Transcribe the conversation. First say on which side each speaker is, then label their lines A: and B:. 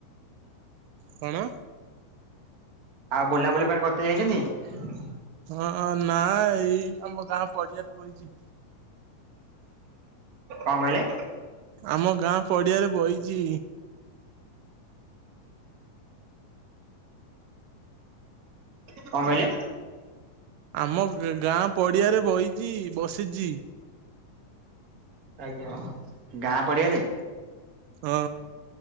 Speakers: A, on the right; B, on the right.
A: କଣ?
B: ଆଉ ବୁଲାବୁଲି କୁଆଡେ କରତେ ଯାଇଛନ୍ତି?
A: ହଁ ନାଁ ଏଇ ଆମ ଗାଁ ପଡିଆରେ ବଇଛି।
B: କଣ କହିଲେ?
A: ଆମ ଗାଁ ପଡିଆରେ ବଇଛି।
B: କଣ କହିଲେ?
A: ଆମ ଗାଁ ପଡିଆରେ ବଇଚି ବସିଛି।
B: <unintelligible> ଗାଁ ପଡିଆରେ?
A: ହଁ